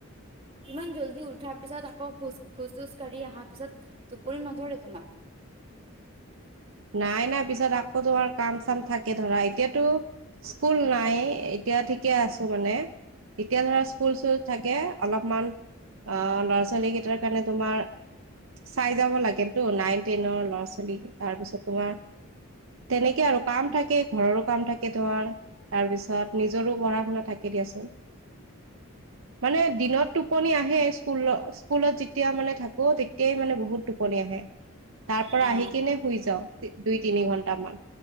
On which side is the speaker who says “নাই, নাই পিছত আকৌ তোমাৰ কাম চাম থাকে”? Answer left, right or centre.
Right